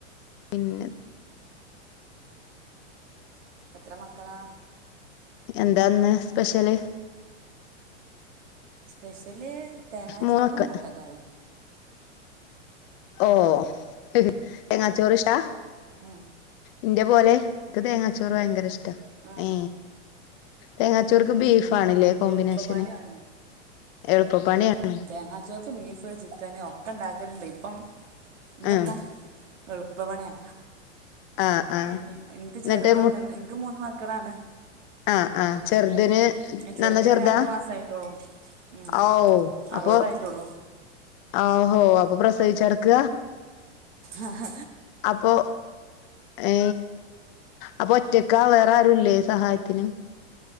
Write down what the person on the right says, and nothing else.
എത്ര മക്കളാ
സ്പെഷ്യല് തേങ്ങാച്ചോറും
മുട്ടക്കറിയും
ഉം, ഉം.
ആ,
ഇഷ്ടമാണ്
എളുപ്പ പണിയാണ്
തേങ്ങാച്ചോർക്ക് ബീഫ് ചിക്കന് ഒക്കെ ഉണ്ടാക്കലുണ്ട് ഇപ്പം ഇന്നിപ്പം
എ ഇപ്പ പണിയാ
ഉം ഇൻക്ക്
ചെറുതൊന്ന്ണ്ട് ഇൻക്ക് മൂന്ന് മക്കളാണ്
ഉം. ചെറുതിന്
രണ്ട് മാസമായിട്ടുള്ളൂ ഉം.
അറുപതായിട്ടുള്ളൂ
ആഹ